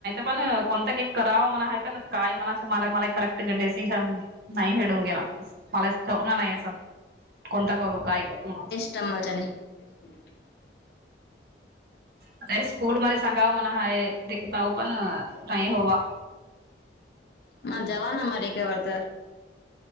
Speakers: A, on the right (about 55°); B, on the left (about 60°).
A: पण कोणतां, केक करावा? म्हणा आहे का ना काय म्हणायं. मला मला कराक्. डसिजन नाही हडूंगे. <unintelligible> मला नाही. कोणता करू? काय करू?
B: <unintelligible> <inaudible>
A: आता स्कूल मध्ये सांगावं म्हणा हय. तेकताऊ पण, नाही होवा.
B: माझ जवाना, म र का वारत.